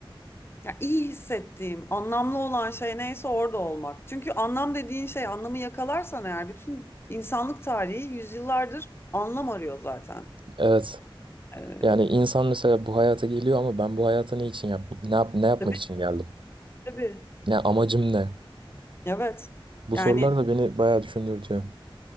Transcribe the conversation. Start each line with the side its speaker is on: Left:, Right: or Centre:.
Left: ya iyi hissettiğim, anlamlı olan şey neyse orada olmak. Çünkü anlam dediğin şey anlamı yakalarsan eğer bütün insanlık tarihi yüzyıllardır anlam arıyor zaten.
Right: Evet.
Left: Ee,
Right: Yani insan mesela bu hayata geliyor ama ben bu hayata ne için yap ne yap ne yapmak
Left: tabii
Right: için geldim?
Left: tabii.
Right: Ya amacım ne?
Left: Evet.
Right: Bu
Left: Yani
Right: sorular da beni bayağı düşündürtüyor.